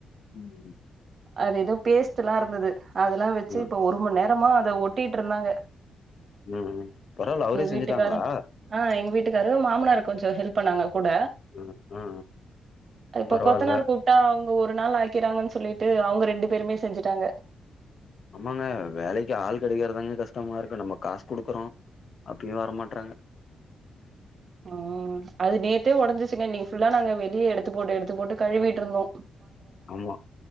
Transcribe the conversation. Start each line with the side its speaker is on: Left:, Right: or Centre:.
Left: ம்
Right: அது எதோ பேஸ்ட் எல்லா இருந்தது அதெல்லா வெச்சு
Left: ம்
Right: இப்ப ஒரு மண் நேரமா அத ஒட்டீட்ருந்தாங்க
Left: ம் பரவால்ல அவுரே செஞ்சுட்டாங்களா
Right: வீட்டுக்காரு ஆ எங் வீட்டுக்காரு மாமனார் கொஞ்சு ஹெல்ப் பண்ணாங்க கூட
Left: ம் ஆ
Right: இப்ப
Left: பரவால்ல
Right: கொத்தனார் கூப் டா அவுங்க ஒரு நாள் ஆக்கிறாங்கன் சொல்லிட்டு அவுங்க ரெண்டு பேருமே செஞ்சுட்டாங்க
Left: ஆமாங்க வேலைக்கு ஆள் கெடைக்கிற்தாங்க கஷ்டமாருக்கு நம்ம காஸ் குடுக்குறோ அப்டியு வர மாட்றாங்க
Right: அ ம் அது நேத்தே ஒடஞ்சிச்சுங்க இன்னிக் ஃபுல்லா நாங்க வெளியே எடுத்து போட்டு எடுத்து போட்டு கழுவிட்ருந்தோ
Left: ஆமா